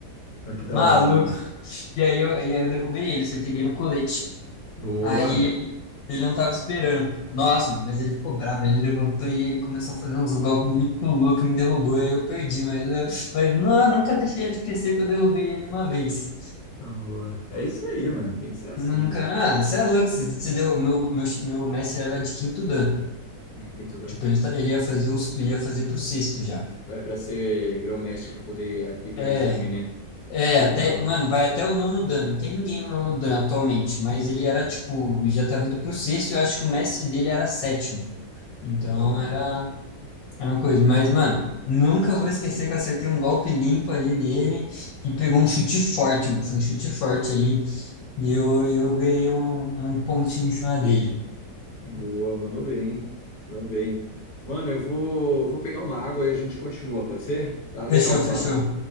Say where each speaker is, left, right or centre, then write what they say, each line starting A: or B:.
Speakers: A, on the left (about 65°); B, on the left (about 85°).
A: mas que da
B: Maluco.
A: hora, mano.
B: <laughs> E aí eu, e aí eu derrubei ele, acertei bem no colete.
A: Boa,
B: Aí ele não tava esperando. Nossa, mas ele ficou bravo, ele levantou e ele começou a fazer uns golpes muito loucos, me derrubou, e aí eu perdi, mas, eu, mas não, eu nunca deixei ele esquecer que eu derrubei ele uma vez.
A: boa. É isso aí, mano. Tem que ser assim,
B: Nunca,
A: né?
B: não, você é louco, você, você deu, meu, meu, meu mestre era de quinto dan.
A: Aqui em tudo.
B: Tipo, ele, tá- ele ia fazer os, ele ia fazer pro sexto já.
A: Vai para ser grão-mestre para poder aplicar
B: É,
A: exame, né?
B: é,
A: Legal.
B: até, mano, vai até o nono dan, não tem ninguém no nono
A: Uhum.
B: dan atualmente, mas ele era, tipo, já tava indo pro sexto, eu acho que o mestre dele era sétimo. Então
A: Que da hora,
B: era.
A: mano.
B: Era uma coisa, mas, mano, nunca vou esquecer que eu acertei um golpe limpo ali nele, que pegou um chute forte, mano. Foi um chute forte ali, e eu, eu ganhei um, um pontinho em cima dele.
A: Boa, mandou bem. Mandou bem. Mano, eu vou, vou pegar uma água e a gente continua, pode ser? Tá legal
B: Fechou,
A: o
B: fechou.
A: papo.